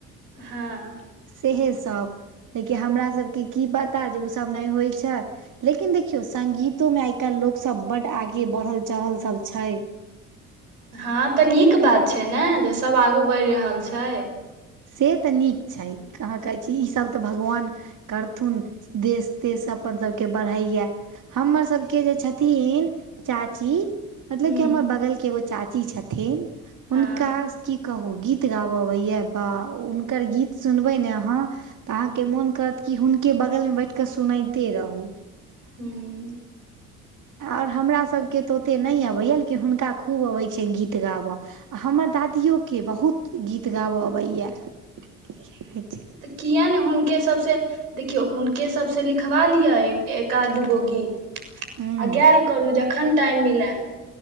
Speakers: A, on the right; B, on the right.
A: हँ
B: सेहे सभ लेकिन हमरा सभ के की पता जे ओ सभ नहि होइ छै लेकिन देखियौ संगीतो मे आइ काल्हि लोकसभ बड्ड आगे बढ़ल चढ़ल सभ छै
A: हँ तऽ नीक बात छै ने जे सभ आगू बैढ़ रहल छै
B: से तऽ नीक छै कहाँ कहै छी ईसभ तऽ भगवान करथुन देश तेश अपन सभके बढ़ैया हमर सबके जे छथिन चाची मतलब
A: हूँ
B: कि हमर बगल के एगो चाची छथिन हुनका
A: हँ
B: की कहू गीत गाबऽ अबैए बा ओ हुनकर गीत सुनबै ने अहाँ तऽ अहाँके मोन करत कि हुनके बगल मे बैठ कऽ सुनइते रहू
A: हूँ
B: ओर हमरासभके तऽ ओतेक नय अबैए लेकिन हुनका खूब अबैत छनि गीत गाबय आ हमर दादियो के बहुत गीत गाबय अबैए
A: तऽ किए नै हुनके सबस देखियौ हुनके सभसँ लिखबा लिअ एकाध दूगो गीत
B: हूँ
A: आ गैल करू जखन टाइम मिलै